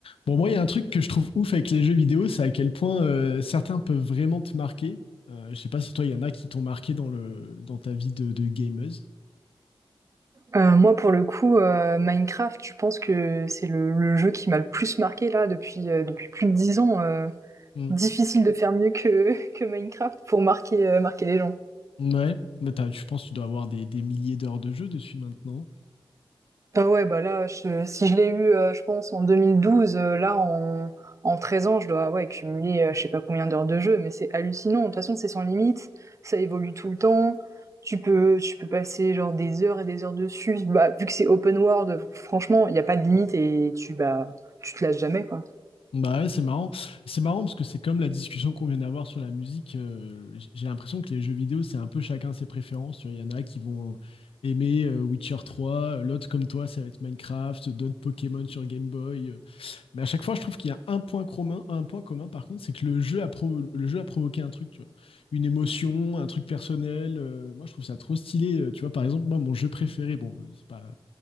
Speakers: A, on the left; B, on the right.
A: Bon, moi, il y a un truc que je trouve ouf avec les jeux vidéo, c'est à quel point euh, certains peuvent vraiment te marquer. Euh, je sais pas si toi, il y en a qui t'ont marqué dans le, dans ta vie de, de gameuse.
B: Euh, moi, pour le coup, euh, Minecraft, je pense que c'est le, le jeu qui m'a le plus marqué là depuis, euh, depuis plus de dix ans. euh.
A: Mm.
B: difficile de faire mieux que, <laughs> que Minecraft pour marquer, euh, marquer les gens.
A: Ouais, mais t'as- je pense que tu dois avoir des, des milliers d'heures de jeu dessus maintenant.
B: Ah ouais, bah là, je- si je l'ai eu, euh, je pense, en 2012, euh, là, en, en 13 ans, je dois ouais, cumuler euh, je sais pas combien d'heures de jeu, mais c'est hallucinant. De toute façon, c'est sans limite, ça évolue tout le temps. Tu peux, tu peux passer genre des heures et des heures dessus. Bah, vu que c'est open world, franchement, il n'y a pas de limite et tu, bah, tu te lasses jamais, quoi.
A: Bah ouais, c'est marrant. C'est marrant parce que c'est comme la discussion qu'on vient d'avoir sur la musique. euh, j- j'ai l'impression que les jeux vidéo, c'est un peu chacun ses préférences. Tu vois, il y en a qui vont aimer euh, Witcher 3, euh, l'autre comme toi, ça va être Minecraft, d'autres Pokémon sur Game Boy. Mais à chaque fois, je trouve qu'il y a un point commun, un point commun par contre, c'est que le jeu a provo- le jeu a provoqué un truc, tu vois. Une émotion, un truc personnel. euh, moi, je trouve ça trop stylé. euh, tu vois, par exemple, moi, mon jeu préféré, bon, c'est pas,